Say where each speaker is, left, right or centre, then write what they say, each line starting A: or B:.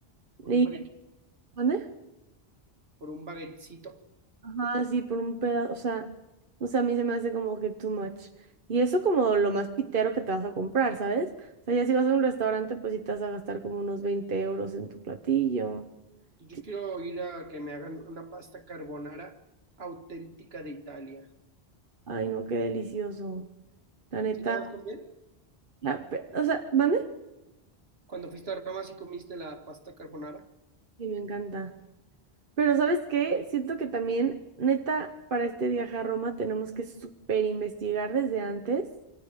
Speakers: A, on the right; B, on the right.
A: por
B: ¿Y,
A: un baguette,
B: ¿mande?
A: por un baguettecito.
B: Ajá, sí, por un pedazo, o sea, o sea, a mí se me hace como que too much. Y eso como lo más pitero que te vas a comprar, ¿sabes? O sea, ya si vas a un restaurante, pues sí te vas a gastar como unos veinte euros en tu platillo.
A: Yo
B: Qui-
A: quiero ir a que me hagan una pasta carbonara auténtica de Italia.
B: Ay, no, qué delicioso. La neta,
A: ¿Sí la sabes comer?
B: la, pe- o sea, ¿vale?
A: Cuando fuiste a Roma, ¿sí comiste la pasta carbonara?
B: Sí, me encanta. Pero ¿sabes qué? Siento que también, neta, para este viaje a Roma tenemos que súper investigar desde antes